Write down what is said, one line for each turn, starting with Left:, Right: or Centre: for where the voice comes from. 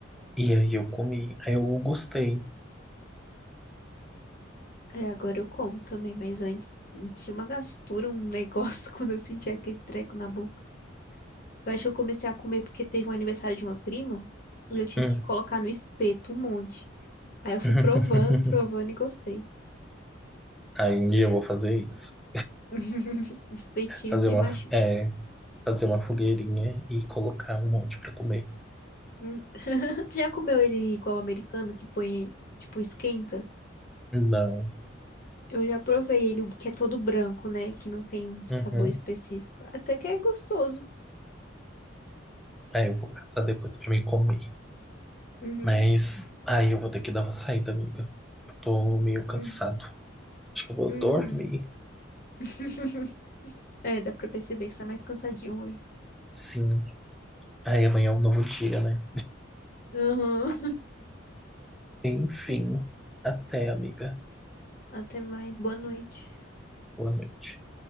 Centre: E aí eu comi, aí eu gostei.
Left: É, agora eu como também, mas antes tinha uma gastura, um negócio <laughs> quando eu sentia aquele treco na boca. Eu acho que eu comecei a comer porque teve um aniversário de uma prima e eu tive
Centre: Hum.
Left: que colocar no espeto um monte. Aí eu fui
Centre: <laughs>
Left: provando, provando e gostei.
Centre: Aí um dia eu vou fazer isso.
Left: <laughs> Espetinho
Centre: Fazer
Left: de
Centre: uma,
Left: macho.
Centre: é, fazer uma fogueirinha e colocar um monte pra comer.
Left: Hum. <laughs> Tu já comeu ele igual americano, que põe, tipo, esquenta?
Centre: Não.
Left: Eu já provei ele, o que é todo branco, né? Que não tem um
Centre: Uhum.
Left: sabor específico. Até que é gostoso.
Centre: Aí eu vou caçar depois pra me comer.
Left: Uhum,
Centre: Mas aí eu vou ter que dar uma saída, amiga. Eu tô meio cansado.
Left: uhum,
Centre: Acho que eu vou
Left: uhum.
Centre: dormir.
Left: <laughs> É, dá pra perceber que você tá mais cansadinho hoje.
Centre: Sim. Aí amanhã é um novo dia, né?
Left: Uhum.
Centre: Enfim, até, amiga.
Left: Até mais. Boa noite.
Centre: Boa noite.